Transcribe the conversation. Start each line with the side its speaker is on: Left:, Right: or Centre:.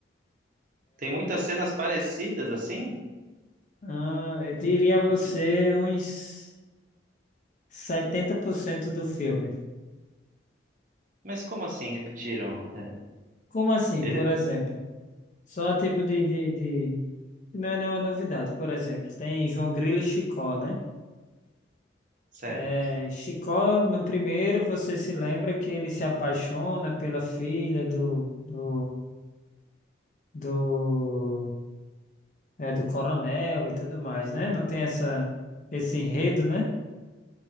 Right: Tem muitas cenas parecidas assim?
Left: Ah, eu diria a você
Right: Repi-
Left: uns 70% do filme.
Right: Mas como assim repetiram? É,
Left: Como assim,
Right: eles.
Left: por exemplo? Só tipo de, de, de... Não é nenhuma novidade. Por exemplo, tem João Grilo e Chicó, né?
Right: Certo.
Left: É, Chicó, no primeiro, você se lembra que ele se apaixona pela filha do, do, do, é, do coronel e tudo mais, né? Não tem essa, esse enredo, né?